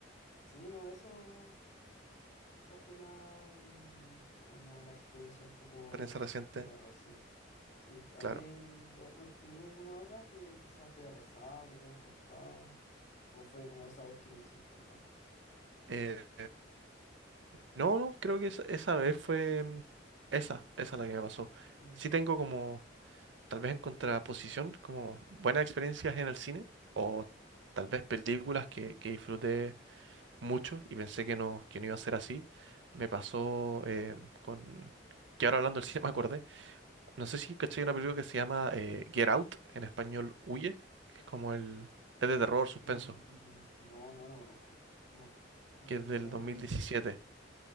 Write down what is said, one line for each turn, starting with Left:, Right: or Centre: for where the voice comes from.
Left: sí, no, eso... Esa fue la, mm, como la experiencia un poco
Right: Experiencia reciente,
Left: bizarra, sí. Sí, ¿a
Right: claro.
Left: ti no, no tenía alguna hora que quizás te haya pasado, que te hayan contado? ¿O fue como esa vez que me dijiste nomás?
Right: Eh, No, no, creo que esa, esa vez fue mm, esa, esa la que me pasó.
Left: Mm,
Right: Sí tengo como, tal vez en contraposición, como buenas experiencias en el cine, o tal vez películas que, que disfruté mucho y pensé que no, que no iba a ser así. Me pasó eh, con, que ahora hablando del cine <laughs> me acordé, no sé si caché una película que se llama eh, Get Out, en español Huye, que es como el, es de terror, suspenso,
Left: mm, mm, no, no la conozco. No, no,
Right: que
Left: ni
Right: es del
Left: idea.
Right: dos mil diecisiete.